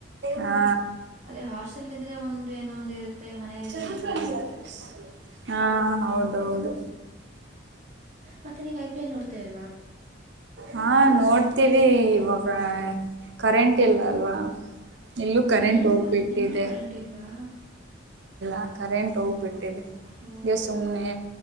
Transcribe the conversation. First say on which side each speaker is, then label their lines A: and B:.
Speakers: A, on the right (about 65°); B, on the right (about 40°).
A: ಹಾ
B: ಅದೇ ಹಾಸ್ಟೆಲ್ ಇದ್ರೆ ಒಂದು ಏನೋ ಒಂದ್ ಇರುತ್ತೆ ಮನೇಲಿ ಇದ್ರೆ
A: <unintelligible>
B: ಏನೋ ಒಂದ್ ಇರುತ್ತೆ
A: ಹಾ ಹ ಹೌದೌದು
B: ಮತ್ತೆ ನೀವ್ ಐ ಪಿ ಎಲ್ ನೋಡ್ತಾ ಇಲ್ವಾ
A: ಹಾ ನೋಡ್ ಇದ್ದೀವಿ ಇವಾಗ ಕರೆಂಟ್ ಇಲ್ಲ ಅಲ್ವಾ ಇಲ್ಲೂ ಕರೆಂಟ್
B: ನಿಮ್ಗೂ
A: ಹೋಗ್ಬಿಟ್ಟಿದೆ
B: ನಿಮ್ಗೂ ಕರೆಂಟ್ ಇಲ್ವಾ
A: ಆ ಕರೆಂಟ್ ಹೋಗ್ಬಿಡ್ತು ದೆ
B: ಓ
A: ಗೆ ಸುಮ್ನೆ